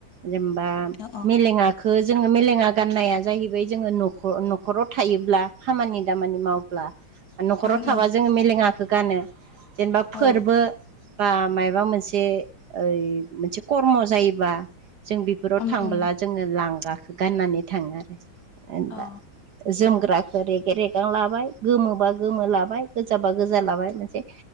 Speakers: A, on the right (about 60°); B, on the left (about 55°).
A: जेनेबा
B: औ
A: मेलेङा जोङो मेलेङा गाननाया जाहैबाय जोङो नख न'खराव थायोब्ला खामानि दामानि माव
B: ओं
A: न'खराव थाबा
B: ओं
A: जोङो मेलेङखौ गानो जेनेबा फोरबो
B: औ
A: बा माबा मोनसे ओइ मोनसे खर्म जायोबा जों बेफोराव
B: उम
A: थांबोला
B: उम
A: जोङो लांगाखो गाननानै थाङो आरो एखमबा।
B: औ
A: जोमग्राखौ रेगे रेगां लाबाय गोमोबा गोमो लाबाय। गोजाबा गोजा लाबाय मोनसे